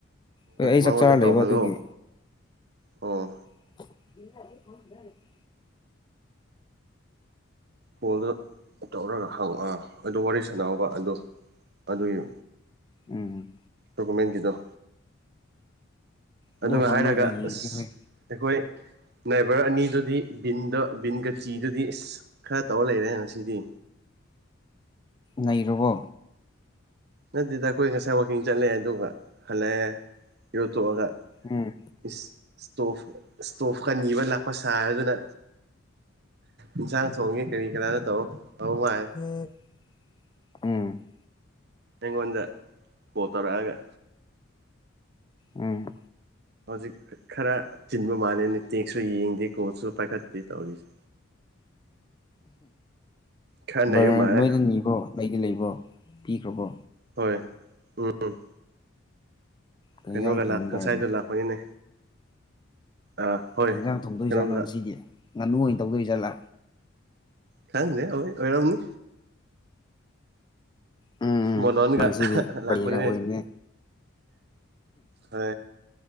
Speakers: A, on the left; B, on the right.
A: ꯍꯣꯏ ꯑꯩ
B: ꯃꯉꯣꯟꯗ
A: ꯆꯥꯛꯆꯥꯔ
B: ꯇꯧꯍꯜꯂꯣ
A: ꯂꯩꯕ ꯑꯗꯨꯒꯤ
B: ꯑꯣ
A: <unintelligible>
B: ꯀꯣꯜꯗꯨ ꯇꯧꯔꯒ ꯍꯪ ꯑ ꯑꯗꯨ ꯋꯥꯔꯤ ꯁꯥꯟꯅꯑꯣꯕ ꯑꯗꯨ ꯑꯗꯨꯒꯤ
A: ꯎꯝ
B: ꯗꯣꯀꯨꯃꯦꯟꯒꯤꯗꫭ
A: ꯑꯗꯨ
B: ꯑꯗꯨꯒ
A: ꯍꯪꯉꯒ
B: ꯍꯥꯏꯔꯒ
A: ꯌꯦꯡꯒꯦ
B: ꯑꯁ
A: ꯍꯣꯏ
B: ꯑꯩꯈꯣꯏ ꯅꯥꯏꯕꯔ ꯑꯅꯤꯗꯨꯗꯤ ꯕꯤꯟꯗꫭ ꯕꯤꯟꯒ ꯆꯤꯗꯨꯗꯤ ꯑꯁ ꯈꯔ ꯇꯧꯔ ꯂꯩꯔꯦꯅꯦ ꯉꯁꯤꯗꯤ
A: ꯅꯩꯔꯕꯣ
B: ꯅꯠꯇꯦꯗ ꯑꯩꯈꯣꯏ ꯉꯁꯥꯏ ꯋꯥꯛꯀꯤꯡ ꯆꯠꯂꯑꯦ ꯑꯗꯨꯒ ꯍꯜꯂꯛꯑꯦ ꯏꯔꯨꯊꫭꯛꯑꯒ
A: ꯎꯝ
B: ꯏꯁ ꯏꯁꯇꯣꯞ ꯏꯁꯇꯣꯞꯀ ꯅꯤꯕ ꯂꯥꯛꯄ ꯁꯥꯔꯗꯨꯅ ꯏꯟꯁꯥꯡ ꯊꯣꯡꯉꯤ ꯀꯔꯤ ꯀꯅꯥꯅꯣ ꯇꯧꯔ ꯇꯧꯃꯥꯜꯂꯦ
A: <inaudible> ꯎꯝ
B: ꯑꯩꯉꯣꯟꯗ ꯀꯣꯜ ꯇꯧꯔꯛꯑꯒ
A: ꯎꯝ
B: ꯍꯧꯖꯤꯛ ꯈꯔ ꯆꯤꯟꯕ ꯃꯥꯜꯂꯦꯅꯦ ꯇꯦꯛꯁꯨ ꯌꯦꯡꯗꯦ ꯀꯣꯜꯁꯨ ꯄꯥꯏꯈꯠꯇꯦ ꯇꯧꯔꯤꯁꯦ ꯈꯔ ꯅꯩꯕ
A: ꯕꯔ
B: ꯃꯥꯜꯂꯦ
A: ꯅꯣꯏꯅ ꯅꯤꯕ꯭ꯔꯣ ꯑꯩꯒꯤ ꯂꯩꯕ꯭ꯔꯣ ꯄꯤꯈ꯭ꯔꯕꯣ
B: ꯍꯣꯏ ꯎꯝ
A: ꯀꯩ
B: ꯀꯩꯅꯣꯒ
A: ꯌꯦꯟꯖꯥꯡ ꯊꯣꯡꯗꯣꯏꯅꯣ
B: ꯉꯁꯥꯏꯗꯣ ꯂꯥꯛꯄꯅꯤꯅꯦ ꯑꯥ ꯍꯣꯏ
A: ꯍꯟꯖꯥꯡ ꯊꯣꯡꯗꯣꯏ
B: ꯀꯩꯅꯣꯒ
A: ꯖꯥꯠꯣ ꯉꯁꯤꯗꯤ ꯉꯥꯅꯨ ꯑꯣꯏꯅ ꯇꯧꯗꯣꯏ ꯖꯥꯠꯂꯥ
B: ꯊꯪꯅꯦ ꯍꯣꯏ ꯑꯣꯏꯔꯝꯅꯤ
A: ꯎꯝ
B: ꯁꯃꯗꯅꯒ
A: ꯅꯪꯁꯤꯗꯤ
B: ꯂꯥꯛꯄꯅꯤ
A: ꯕꯔꯤꯅ ꯑꯣꯏꯕꯅꯦ
B: ꯍ